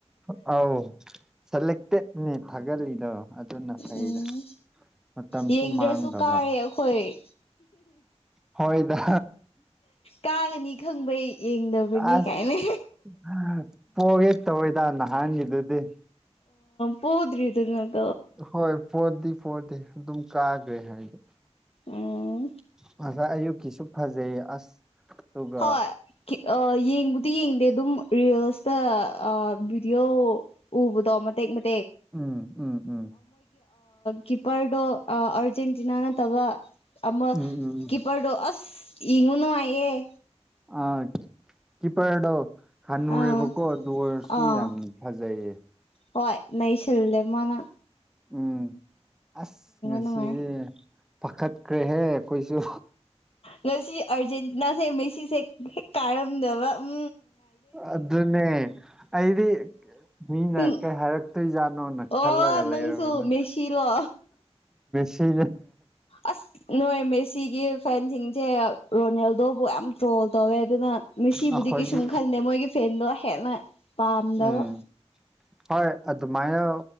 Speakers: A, in the centre; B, on the left.
A: ꯑ ꯁꯂꯇꯦ ꯅ ꯊꯒꯔꯗ ꯑꯗꯨꯗ ꯅ ꯐꯩꯗ
B: ꯎꯝ
A: ꯃꯇꯝꯁꯨ
B: ꯌꯦꯡꯗ꯭ꯔꯁꯨ
A: ꯃꯥꯡꯈꯕ
B: ꯀꯥꯔꯦ ꯑꯩꯈꯣꯏ
A: ꯍꯣꯏꯗ
B: ꯀꯥꯒꯅꯤ ꯈꯪꯕꯩ ꯌꯦꯡꯗꯕꯅꯤ
A: ꯑꯁ
B: ꯀꯥꯏꯅ
A: ꯄꯣꯒꯦ ꯇꯧꯋꯦꯗ ꯅꯍꯥꯟꯒꯤꯗꯨꯗꯤ
B: ꯍꯗ꯭ꯔꯤ ꯑꯗꯨ ꯅ
A: ꯍꯣꯏ ꯄꯣꯔꯗꯤ ꯄꯣꯔꯠꯇꯗꯤ ꯑꯗꯨꯝ ꯀꯥꯈ꯭ꯔꯦ ꯍꯥꯏꯗꯣ
B: ꯎꯝ
A: ꯉꯁꯥꯏ ꯑꯌꯨꯛꯀꯤꯁꯨ ꯐꯖꯩꯌꯦ ꯑꯁ ꯑꯗꯨꯒ
B: ꯍꯣꯏ ꯌꯦꯡ ꯌꯦꯡꯗꯦ ꯑꯗꯨꯝ ꯔꯤꯜꯁꯇ ꯚꯤꯗꯤꯑꯣ ꯎꯕꯗꯣ ꯃꯇꯦꯛ ꯃꯇ
A: ꯎꯝ ꯎꯝ ꯎꯝ
B: ꯀꯤꯄꯔꯗꯨꯣ ꯑꯔꯖꯦꯟꯇꯤꯅꯥꯅ ꯇꯕ ꯑꯃ
A: ꯎꯝ ꯎꯝ ꯎꯝ
B: ꯀꯤꯄꯔꯗꯣ ꯑꯁ ꯌꯦꯡꯉꯨꯅꯨꯉꯥꯏꯌꯦꯦ
A: ꯑ ꯀ ꯄꯦꯔ ꯍꯅꯨꯔꯦꯕꯀꯣ
B: ꯑꯥ
A: ꯑꯗꯨ ꯑꯣꯏꯔꯁꯨ
B: ꯑꯥ
A: ꯌꯥꯝ ꯐꯖꯩꯌꯦ
B: ꯍꯣꯏ ꯅꯩꯁꯤꯜꯦ ꯃꯥꯅꯥ
A: ꯎꯝ ꯑꯁ ꯉꯁꯤ
B: ꯅꯨꯡꯉꯥꯏ
A: ꯄꯥꯈꯠꯈ꯭ꯔꯦꯍꯦ ꯑꯩꯈꯣꯏꯁꯨ
B: ꯉꯁꯤ ꯑꯔꯖꯦꯟꯇꯤꯅꯥꯁꯦ ꯃꯦꯁꯤꯁꯦ ꯀꯥꯔꯝꯗꯕ ꯎ
A: ꯑꯗꯨꯗꯅꯦ ꯑꯩꯗꯤ ꯃꯤꯅ
B: ꯎꯝ
A: ꯀꯩ ꯍꯥꯏꯔꯛꯇꯣꯏꯖꯥꯠꯅꯣꯅ
B: ꯑꯣ
A: ꯈꯜꯂꯒ
B: ꯅꯪꯁꯨ
A: ꯂꯩꯔꯕꯅ
B: ꯃꯦꯁꯤꯂꯣ
A: ꯁꯤ
B: ꯑꯁ ꯅꯣꯏ ꯃꯦꯁꯤꯒꯤ ꯐꯦꯟꯁꯤꯡꯁꯦ ꯔꯣꯅꯦꯜꯗꯣꯕꯨ ꯌꯥꯝ ꯇ꯭ꯔꯣꯜ ꯇꯧꯋꯦ ꯑꯗꯨꯅ ꯃꯤꯁꯤꯕꯨꯗꯤ
A: ꯑꯩꯈꯣꯏꯒꯤ
B: ꯀꯩꯁꯨꯝ ꯈꯟꯗꯦ ꯃꯣꯏꯒꯤ ꯐꯦꯟꯗꯣ ꯍꯦꯟꯅ ꯄꯥꯝꯗꯕ
A: ꯎꯝ ꯍꯣꯏ ꯑꯗꯨꯃꯥꯏꯅ